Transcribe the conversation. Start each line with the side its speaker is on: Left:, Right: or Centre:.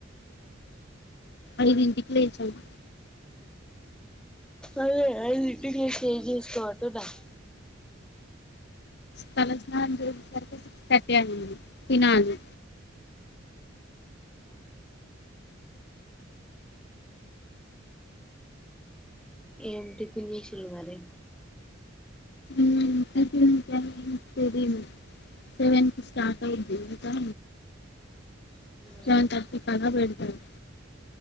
Left: ఐదింటికి లేచాను
Centre: అదే ఐదింటికి లేచి ఏం చేస్తావ్ అన్ <inaudible>
Left: తల స్నానం చేసే సరికే సిక్స్ థర్టీ అయ్యింది తినాలి
Centre: ఏం టిఫిన్ చేసిళ్లు మరి
Left: మ్మ్ టిఫెన్ <unintelligible> తెలీదు సెవెన్ కి స్టార్ట్ అవుద్ది ఇంకా
Centre: మరి
Left: సెవెన్ థర్టీకి అలా పెడతారు.